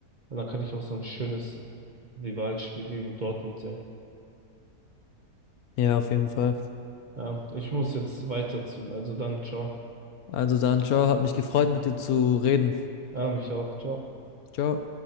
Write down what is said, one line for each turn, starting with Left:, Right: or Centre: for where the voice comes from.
Right: Und dann kann ich auch so ein schönes Rivalspiel gegen Dortmund sehen.
Left: Ja, auf jeden Fall.
Right: Ja, ich muss jetzt weiterziehen. Also dann, ciao.
Left: Also dann, ciao, hat mich gefreut, mit dir zu reden.
Right: Ja, mich auch. Ciao.
Left: Ciao.